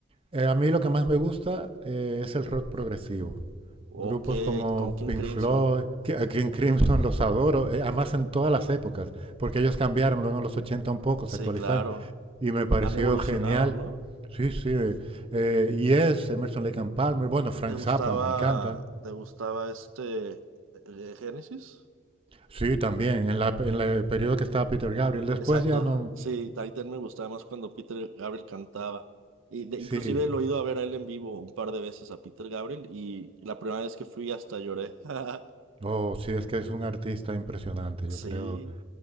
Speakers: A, on the right; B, on the right.
A: Eh, a mí lo que más me gusta eh, es el rock progresivo.
B: O
A: Grupos como
B: como King
A: Pink
B: Crimson.
A: Floyd, que aquí en Crimson los adoro, eh, además en todas las épocas, porque ellos cambiaron luego en los 80 un poco, se
B: Sí,
A: actualizaron,
B: claro.
A: y me pareció
B: Han evolucionado,
A: genial.
B: ¿no?
A: Sí, sí, eh, eh, Yes, Emerson Lake and Palmer, bueno, Frank
B: ¿Te gustaba,
A: Zappa, me encanta.
B: te gustaba este, eh, Génesis?
A: Sí, también, en la, en la- el periodo que estaba Peter Gabriel, después
B: Exacto,
A: ya no,
B: sí, Titan me gustaba más cuando Peter Gabriel cantaba. Y de-
A: sí,
B: inclusive lo he ido a ver a él en vivo un par de veces a Peter Gabriel y la primera vez que fui hasta lloré. <laughs>
A: oh, sí, es que es un artista impresionante,
B: Sí.
A: yo creo